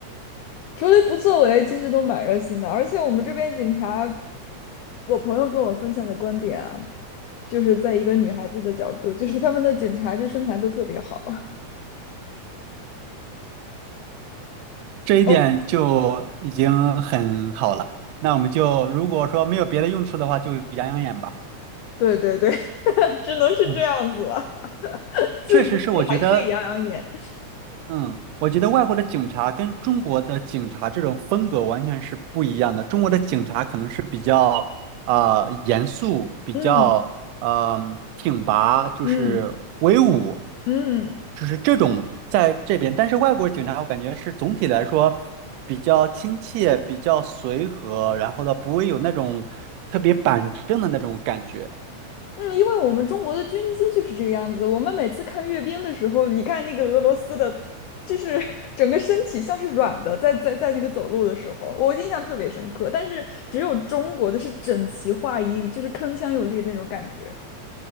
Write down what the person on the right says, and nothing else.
这一点就已经很好了。
那我们就如果说没有别的用处的话，就养养眼吧。
嗯，
确实是，我觉得。嗯，我觉得外国的警察跟中国的警察这种风格完全是不一样的。中国的警察可能是比较啊严肃，比较嗯、
挺拔，就是威武，
就是这种在这边。但是外国警察我感觉是总体来说比较亲切，比较随和，然后呢不会有那种特别板正的那种感觉。